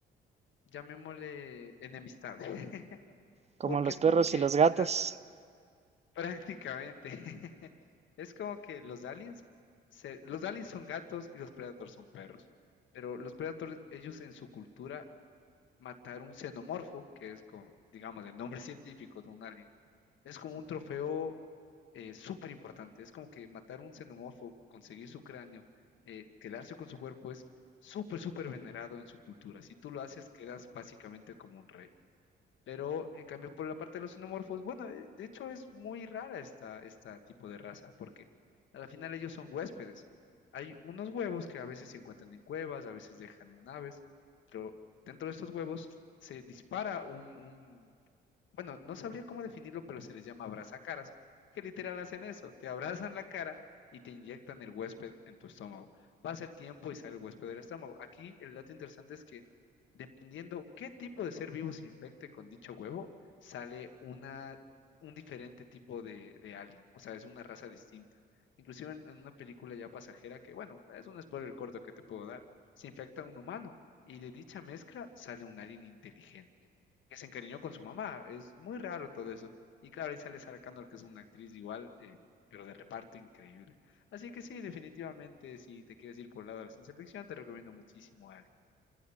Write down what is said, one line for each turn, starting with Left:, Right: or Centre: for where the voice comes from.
Left: llamémosle enemistad, <laughs>
Right: como
Left: porque
Right: los
Left: es
Right: perros
Left: como que
Right: y los
Left: literal,
Right: gatos.
Left: prácticamente, <laughs> es como que los aliens, se, los aliens son gatos y los predators son perros, pero los predators, ellos en su cultura, matar un xenomorfo, que es, como, digamos, el nombre científico de un alien, es como un trofeo eh, súper importante, es como que matar un xenomorfo, conseguir su cráneo, eh, quedarse con su cuerpo es súper, súper venerado en su cultura. Si tú lo haces, quedas básicamente como un rey. Pero en cambio, por la parte de los xenomorfos, bueno, de de hecho es muy rara esta, esta tipo de raza, porque a la final ellos son huéspedes. Hay unos huevos que a veces se encuentran en cuevas, a veces dejan en naves, pero dentro de estos huevos se dispara un, un bueno, no sabría cómo definirlo, pero se les llama abrazacaras, que literal hacen eso, te abrazan la cara y te inyectan el huésped en tu estómago. Va a ser tiempo y sale el huésped del estómago. Aquí el dato interesante es que dependiendo qué tipo de ser vivo se infecte con dicho huevo, sale una, un diferente tipo de, de alien, o sea, es una raza distinta. Inclusive en, en una película ya pasajera que, bueno, es un spoiler corto que te puedo dar, se infecta un humano y de dicha mezcla sale un alien inteligente que se encariñó con su mamá. Es muy raro todo eso. Y claro, ahí sale Sarah Connor, que es una actriz igual, eh, pero de reparto increíble. Así que sí, definitivamente, si te quieres ir por el lado de la ciencia ficción, te recomiendo muchísimo algo.